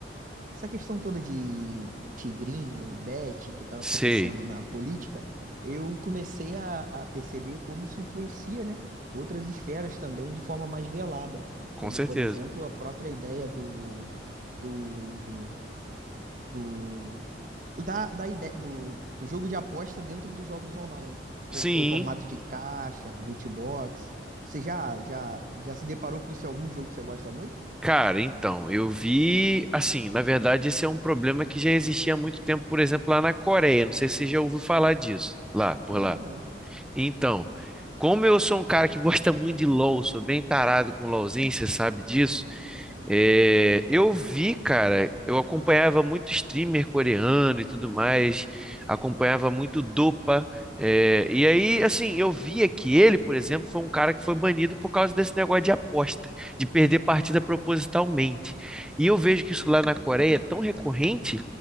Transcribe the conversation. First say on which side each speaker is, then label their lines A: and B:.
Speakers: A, on the right; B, in the centre.
A: Essa questão toda de tigrinho, bet, que tá
B: Sei,
A: acontecendo na política, eu comecei a, a perceber como isso influencia, né, outras esferas também de forma mais velada,
B: com
A: como,
B: certeza.
A: por exemplo, a própria ideia do, do, do, da, da ideia, do, do jogo de aposta dentro dos jogos online, com
B: Sim,
A: fo- em formato de caixa, loot box. Você já, já, já se deparou com isso em algum jogo que você gosta muito?
B: cara, então, eu vi, assim, na verdade, esse é um problema que já existia há muito tempo, por exemplo, lá na Coreia. Não sei se você já ouviu falar disso, lá, por
A: Ainda
B: lá.
A: não.
B: Então, como eu sou um cara que <laughs> gosta muito de LoL, sou bem tarado com LoLzinho, você sabe disso. É, eu vi, cara, eu acompanhava muito streamer coreano e tudo mais, acompanhava muito Dopa, é, e aí, assim, eu via que ele, por exemplo, foi um cara que foi banido por causa desse negócio de aposta, de perder partida propositalmente. E eu vejo que isso lá na Coreia é tão recorrente